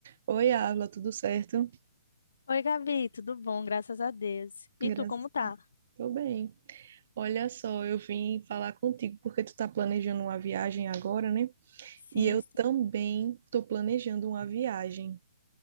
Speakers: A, on the right; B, on the left.
A: Oi, Avla, tudo certo?
B: Oi, Gabi, tudo bom? Graças a Deus. E
A: Graças
B: tu, como tá?
A: a Deus, tô bem. Olha só, eu vim falar contigo porque tu tá planejando uma viagem agora, né?
B: Sim,
A: E eu
B: sim,
A: também tô planejando uma viagem.